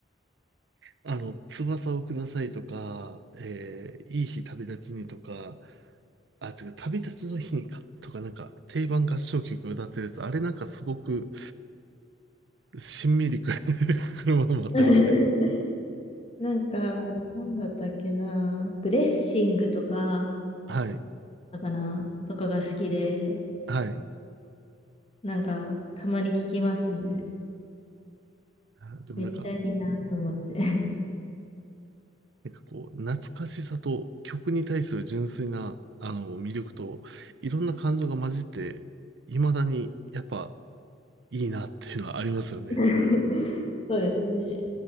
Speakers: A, on the right (about 70°); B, on the left (about 35°).
A: あの、翼をくださいとか、えー、いい日旅立ちにとか、あ、違う、旅立ちの日にか、とかなんか定番合唱曲歌ってるやつ、あれなんかすごくしんみりく <laughs> るものもあったりして。
B: <laughs> なんか、なんだったっけな、ブレッシングとか、
A: はい。
B: だかな、とかが好きで、
A: はい。
B: なんか、たまに聞きますね。
A: あでもなんか、
B: めっちゃいいなと思って。
A: なんかこう、懐かしさと曲に対する純粋な、あの、魅力と、いろんな感情が混じって、未だにやっぱいいなっていうのはありますよね。
B: <laughs> そうですね。